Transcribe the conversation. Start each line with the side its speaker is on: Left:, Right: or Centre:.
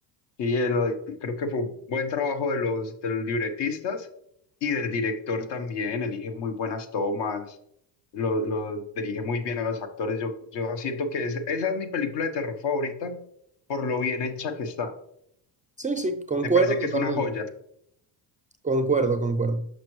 Left: sí, eh, lo- creo que fue un buen trabajo de los, de los libretistas y del director también, elige muy buenas tomas. Lo, lo dirige muy bien a los actores. Yo, yo siento que es- esa es mi película de terror favorita por lo bien hecha que está.
Right: Sí, sí, concuerdo
Left: Me parece
Right: totalmente.
Left: que es una joya.
Right: Concuerdo, concuerdo.